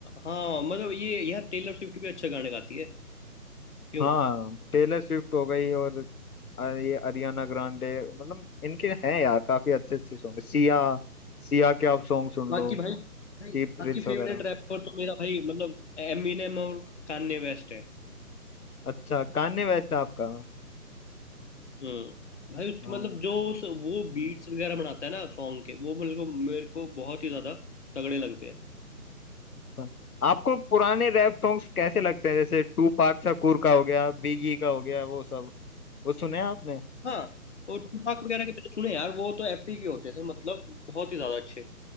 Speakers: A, on the left (about 50°); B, on the left (about 70°).
A: हाँ मतलब ये यार टेलर स्विफ्ट भी अच्छा गाने गाती है क्यों
B: हाँ टेलर स्विफ्ट हो गई और अ- ये अरियाना ग्रांडे मतलब इनके हैं यार काफी अच्छे अच्छे सॉन्ग सिया सिया के आप सॉन्ग सुन
A: बाकी
B: लो
A: भाई भाई
B: चीप थ्रिल्स
A: बाकी
B: वगैरह
A: फेवरेट रैपर तो मेरा भाई मतलब एमिनेम और कान्ये वेस्ट है
B: अच्छा कान्ये वेस्ट आपका
A: हम्म भाई उसकी
B: हाँ
A: मतलब जो उस वो बीट्स वगैरह बनाता है ना सॉन्ग के वो मेरे को मेरे को बहुत ही ज्यादा तगड़े लगते हैं
B: अच्छा। आपको पुराने रैप सॉन्ग्स कैसे लगते हैं जैसे टू पाक शकूर का हो गया बिगी का हो गया वो सब वो सुने हैं आपने
A: हाँ और टुपाक वगैरह के मैंने सुने यार वो तो एपिक ही होते थे मतलब बहुत ही ज्यादा अच्छे